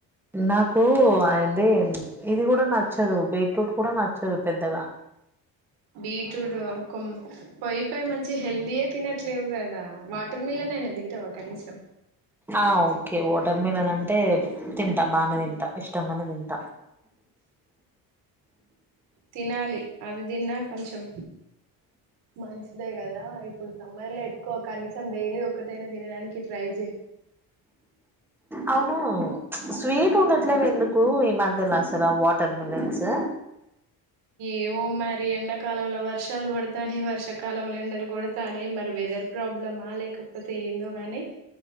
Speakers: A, in the centre; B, on the right (about 85°).
A: నాకు అయింది ఇది కూడ నచ్చదు బీట్రూట్ కూడా నచ్చదు పెద్దగా
B: బీట్రూట్ కొం పొయ్యి పొయి మంచి హెల్దీయే తినట్లేవు కదా వాటర్ మిలన్ అయినా తింటావా కనీసం
A: ఆ ఓకే వాటర్ మిలన్ అంటే తింటా బాగానే తింటా ఇష్టంగానే తింట
B: తినాలి అది తిన్నా కొంచెం మంచిదే కదా ఇప్పుడు సమ్మర్లో ఎక్కువ కనీస డైలీ ఒకక్కటైైన తినడానికి ట్రై చెయి
A: అవును స్వీట్ ఉండట్లేవ్ ఎందుకు ఈ మధ్యలసలు వాటర్ మిలన్స్
B: ఏమో మరి ఎండాకాలంలో వర్ష వర్షాలు పడతాని వర్షాకాలంల ఎండలు కొడతాని మరి వెదర్ ప్రాబ్లమా లేకపోతే ఏందో గాని